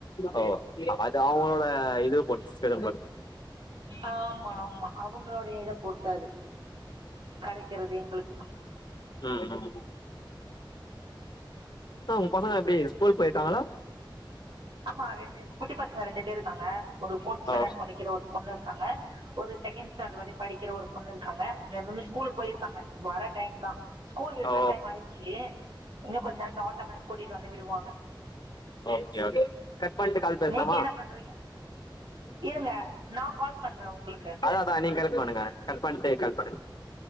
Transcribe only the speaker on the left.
ஓ அது அவுங்களோட இது பொருத்தது
ம் ம் ஆ உங்க பசங்க எப்டி ஸ்கூல் போயிட்டாங்களா
ஓ
ஓ
ஓக்கே ஓக்கே கட் பண்ட்டு கால் பேஸ்லாமா
அதா அதா நீங் கனெட் பண்ணுங்க கட் பண்ட்டு கால் பண்ணுங்க